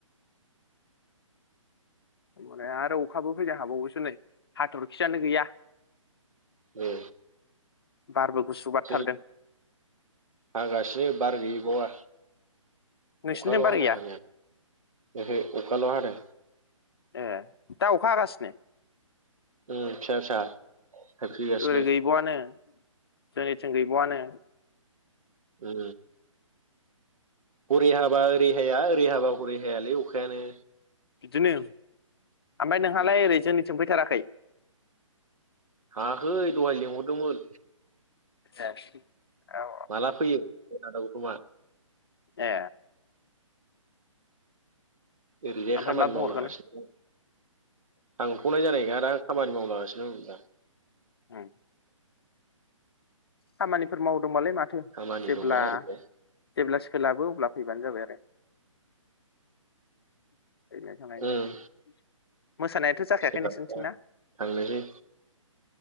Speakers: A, on the left; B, on the right.
A: होमबालाय आरो अखाबो फैनो हाबावगौसो नै हाथरखियानो गैया
B: नै
A: बारबो गुसु बारथारदों
B: जै हागासिनो बार गै बावा
A: नोंसिनिथिं
B: अखाल'
A: बार
B: हादों
A: गैया
B: हानाया ओहो अखाल' हादों
A: ए दा अखा हागासिनो?
B: ओम फिसा फिसा थाइफ्रिगासिनो
A: ओरै गैबावआनो जोंनिथिं गैबावआनो
B: औ हरै हाबा ओरै हाया ओरै हाबा हरै हायालै अखायानो
A: बिदिनो ओमफ्राय नोंहालाय
B: उम
A: ओरै जोंनिथिं फैथाराखै
B: थांआखै दहाय लिंहरदोंमोन
A: ए औ
B: माला फैयो आदा गौथुमा?
A: ए
B: ओरैजाय
A: ओमफ्राय
B: खामानि
A: मा बुंहरखो
B: मावलागासिनो
A: नों
B: थांथ'नाय जानाय नोङा दां खामानि मावलगासिनो होनहरदोंदा
A: उम खामानिफोर मावदोंबालाय माथो
B: खामानि
A: जेब्ला
B: दंना ओरैजाय
A: जेब्ला सोलाबो अब्ला फैबानो जाबाय आरो <inaudible> <unintelligible>
B: उम
A: मोसानायाथ' जाखायाखै
B: सोलाबबा
A: नोंसोरनिथिंना?
B: थांनोसै